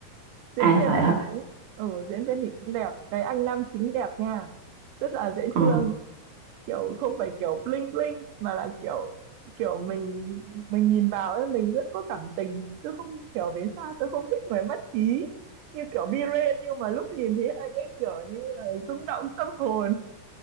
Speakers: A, on the right; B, on the right.
A: diễn
B: à
A: viên
B: vậy
A: thì
B: hả?
A: cũng ừ, diễn viên thì cũng đẹp cái anh nam chính đẹp nha rất là dễ
B: Ờ.
A: thương kiểu không phải kiểu bling bling mà là kiểu kiểu mình mình nhìn vào ấy mình rất có cảm tình tôi không hiểu vì sao tôi không thích người mất khí như kiểu Biren nhưng mà lúc nhìn thấy anh ấy kiểu như là rung động tâm hồn